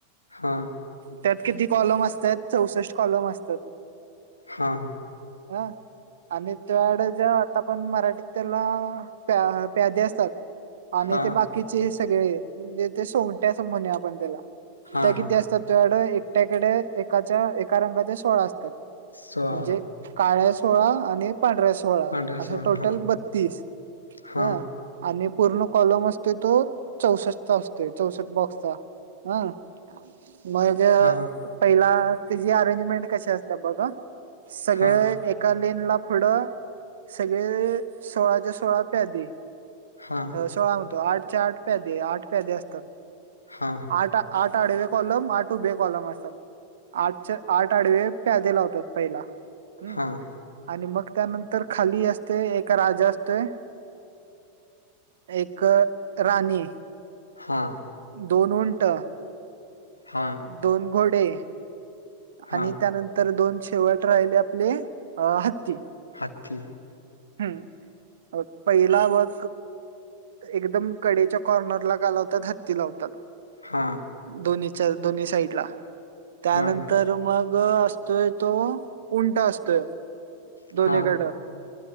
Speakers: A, on the left (about 80°); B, on the right (about 60°).
A: हा
B: त्यात किती कॉलम असत्यात चौसष्ट कॉलम असतात
A: हा
B: हा आणि तुझ्याकडे जो आत्तापर्यंत मराठीत त्याला प्याधे असतात आणि
A: हा
B: ते बाकीचे हे सगळे म्हणजे ते सोंगट्या असं म्हणुया आपण त्याला
A: हा
B: त्या किती
A: हा
B: असतात तुझ्याकडं एकट्याकड एकाच्या एका रंगाच्या सोळा असतात
A: सवा
B: म्हणजे काळ्या सोळा आणि- पांढऱ्या सोळा
A: पांढरा
B: अश्या
A: सोळा
B: टोटल
A: हा
B: बतीस
A: हा
B: ह आणि- पूर्ण कॉलम असतोय तो चौसष्टचा असतोय चौसष्ट बॉक्सचा हं मग
A: हा
B: पहिला अरेंजमेंट कशी असतात बघा सगळे
A: हा
B: एका ला पुढ सगळे सोळाच्या सोळा प्याधे
A: हा
B: अ सोळा म्हणतो आठचे आठ प्यादे आठ प्यादे असतात
A: हा हा
B: आठ आठ आडवे कॉलम आठ उभे कॉलम असतात आठचे आठ आडवे प्यादे लावतात पहिला हम्म
A: हा
B: आणि मग त्यानंतर खाली असते एका राजा असतोय एक राणी
A: हा
B: दोन उंट
A: हा
B: दोन घोडे
A: हा
B: आणि त्यानंतर दोन शेवट राहिले आपले अ हत्ती
A: हात्ती
B: हम्म पहिला बघ एकदम कडेच्या कॉर्नरला काय लावतात हत्ती लावतात.
A: हा
B: दोन्हीच्या दोन्ही साईड ला त्यानंतर
A: बरं
B: मग असतोय तो उंटा असतोय
A: हां,
B: दोन्हीकड